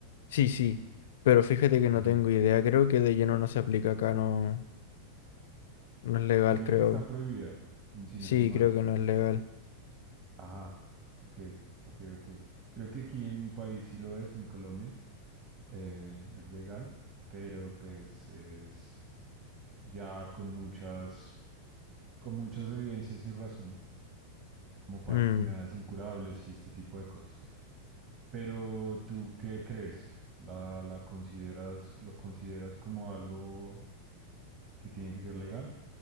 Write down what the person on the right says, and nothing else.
Ujú.
Creo
que está prohibida, si
no estoy mal.
Ajá, ok, ok, ok. Creo que aquí en mi país sí lo es, en Colombia, eh, es legal, pero pues es ya con muchas, con muchas evidencias y razones, como para
enfermedades incurables y este tipo de cosas. Pero ¿tú qué crees? ¿La, la consideras, lo consideras como algo que tiene que ser legal,